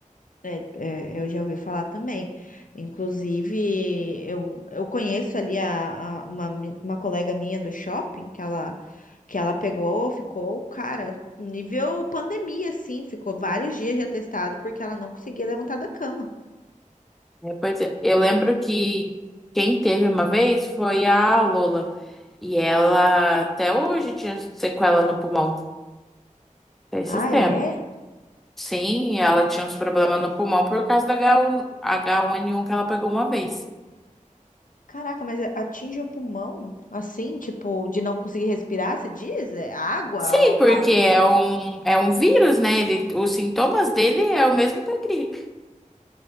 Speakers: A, on the left (about 75°); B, in the centre.
A: É, é, eu já ouvi falar também. Inclusive, eu, eu conheço ali a, a- uma, mi- uma colega minha do shopping que ela, que ela pegou, ficou, cara, nível pandemia, assim, ficou vários dias já testado porque ela não conseguia levantar da cama.
B: É, pois é, eu lembro que quem teve uma vez foi a Lola. E ela até hoje tinha sequela no pulmão, até esses
A: Ah,
B: tempos.
A: é?
B: Sim, ela tinha uns problemas no pulmão por causa da H1- H1N1 que ela pegou uma vez.
A: Caraca, mas atinge o pulmão? Assim, tipo, de não conseguir respirar, você diz? É água,
B: Sim,
A: al-
B: porque
A: algo
B: é
A: assim?
B: um, é um vírus, né? Ele, os sintomas dele é o mesmo da gripe.